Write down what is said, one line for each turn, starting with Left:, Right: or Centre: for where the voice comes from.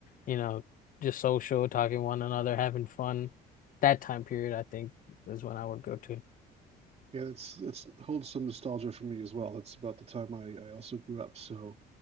Left: you know, just social, talking to one another, having fun that time period, I think, is when I would go to.
Right: Yeah, it's it's holds some nostalgia for me as well. That's about the time I, I also grew up. So,